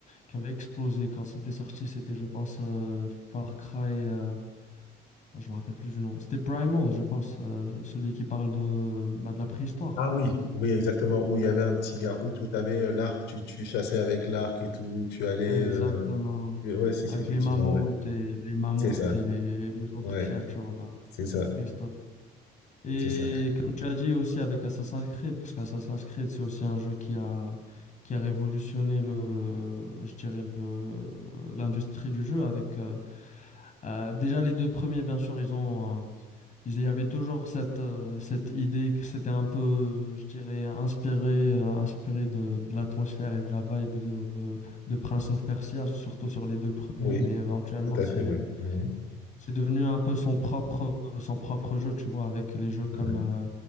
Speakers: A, on the left; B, on the left.
A: qui avait explosé quand c'était sorti, c'était, je pense, euh, Far Cry. euh, Je me rappelle plus du nom. C'était Primal, je pense, euh, celui qui parle de, bah, de la préhistoire.
B: Ah oui, oui, exactement, où il y avait un petit gars, où tu avais l'arc, tu, tu chassais avec l'arc et tout, tu allais...
A: Exactement.
B: euh, Ouais, si,
A: Avec
B: si, effectivement,
A: les mammouths
B: ouais.
A: et les mammouths
B: C'est ça,
A: et les, les autres
B: ouais.
A: créatures bah,
B: C'est ça,
A: préhistoriques. Et
B: c'est ça.
A: comme tu as dit aussi avec Assassin's Creed, parce qu'Assassin's Creed, c'est aussi un jeu qui a, qui a révolutionné le, je dirais le, l'industrie du jeu avec euh, euh, déjà les deux premiers, bien sûr, ils ont Il y avait toujours cette, euh, cette idée que c'était un peu, je dirais, inspiré, euh, inspiré de, de l'atmosphère et de la vibe de, euh, de Prince of Persia, surtout sur les deux premiers,
B: Oui,
A: mais éventuellement,
B: tout à
A: c'est,
B: fait, ouais. Mhm.
A: c'est devenu un peu son propre, euh, son propre jeu, tu vois, avec les jeux comme...
B: Ouais.
A: euh,